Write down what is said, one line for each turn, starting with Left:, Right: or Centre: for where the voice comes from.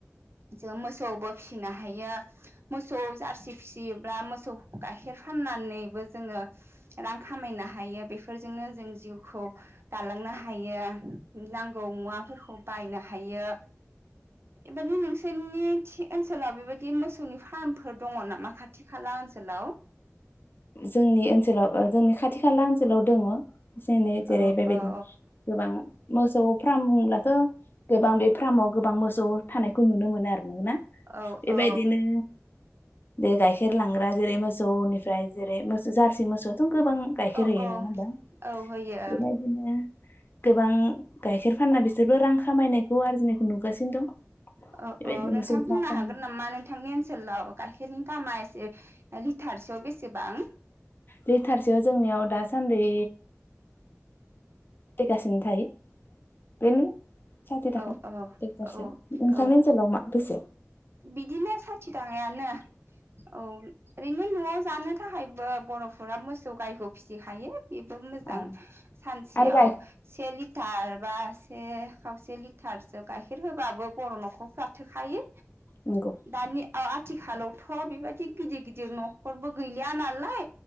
Right: जों मोसौबो फिसिनो हायो मोसौ जारसि फिसियोब्ला मोसौ गाइखेर फाननानैबो जोङो रां खामायनो हायो बेफोरजोंनो जों जिउखौ दालांनो हायो नांगौ मुवाफोरखौ बायनो हायो बेबादि नोंसोरनि थि ओनसोलाव बेबायदि मोसौनि फार्मफोर दङ नामा खाथि खाला ओनसोलाव?
Left: जोंनि ओनसोलाव ओ जोंनि खाथ थि खाला ओन ओनसोलाव दङ जेनै जेरै
Right: औ
Left: बेबायदि
Right: औ
Left: गोबां मोसौ फ्राम होनब्लाथ' गोबां बे फ्रामाव गोबां मोसौ थानायखौ नुनो मोनो आरो नोंगोना
Right: औ
Left: बेबायदिनो
Right: औ
Left: दे गाइखेर लांग्रा जेरै मोसौनिफ्राय जेरै मोसौ जारसि मोसौ थ' गोबां गाइखेर
Right: औ
Left: होयो
Right: औ
Left: नङा होमबा
Right: औ होयो
Left: बेबायदिनो गोबां गाइखेर फानना बिसोरबो रां खामायनायखौ आरजिनायखौ नुगासिनो दं
Right: औ
Left: बेबायदि
Right: औ नोंथां
Left: मोसौ
Right: बुंनो
Left: फार्म
Right: हागोन नामा नोंथांनि ओनसोलाव गाइखेरनि दामा एसे लिटारसेयाव बेसेबां?
Left: लिटारसेयाव जोंनियाव दासान्दै बेखासिन थायो। बेनो साथि थाखा
Right: औ औ
Left: लिटारसेयाव
Right: औ
Left: नोंथांनि
Right: औ
Left: ओनसोलाव मा बेसे
Right: बिदिनो साथि थाखायानो औ ओरैनो न'आव जानो थाखायबो बर'फोरा मोसौ गायखौ फिसिखायो बेबो मोजां
Left: औ
Right: सानसेयाव
Left: आरो गाय
Right: से लि थार बा स से खावसे लि थारसो गाइखेर होबाबो बर' न'खरफ्रा थोखायो
Left: नंगौ
Right: दानि औ आथिखालावथ' बेबायदि गिदिर गिदिर न'खरबो गैलिया नालाय